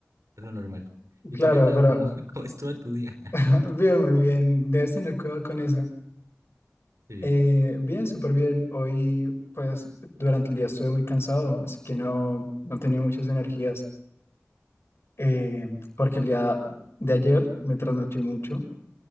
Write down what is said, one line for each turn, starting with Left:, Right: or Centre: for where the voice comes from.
Right: es lo normal. ¿Y
Left: claro,
Right: tú qué tal?
Left: pero
Right: ¿Cómo, <laughs> cómo estuvo tu día? <laughs>
Left: <laughs> bien, muy bien, debes tener cuidado con eso.
Right: Sí,
Left: Eh, bien, súper bien. Hoy, pues, durante el día estuve muy cansado, así que no, no tenía muchas energías, eh, porque el día de ayer me trasnoché mucho